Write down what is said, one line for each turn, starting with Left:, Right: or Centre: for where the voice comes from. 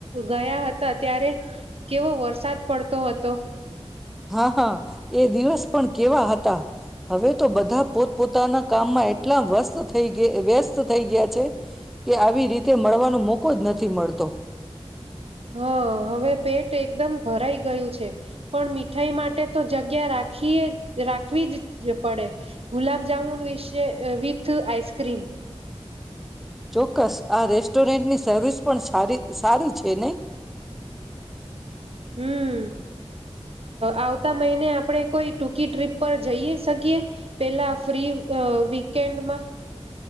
Right: ગયા હતા ત્યારે કેવો વરસાદ પડતો હતો.
Centre: હા હા એ દિવસ પણ કેવા હતા હવે તો બધા પોતપોતાના કામમાં એટલા વસ્ત થ વ્યસ્ત થઈ ગયા છે કે આવી રીતે મળવાનો મોકો જ નથી મળતો.
Right: હા હવે પેટ એકદમ ભરાઈ ગયું છે પણ મીઠાઈ માટે તો જગ્યા રાખીએ રાખવી જ પડે ગુલાબજામુન વિશે વિથ આઈસક્રીમ.
Centre: ચોક્કસ આ રેસ્ટોરન્ટની સર્વિસ પણ સારી છે નહી.
Right: હમ આવતા મહિને આપણે કોઈ ટૂંકી ટ્રીપ પર જઈએ શકીએ પેલા ફ્રી વીકેન્ડમાં.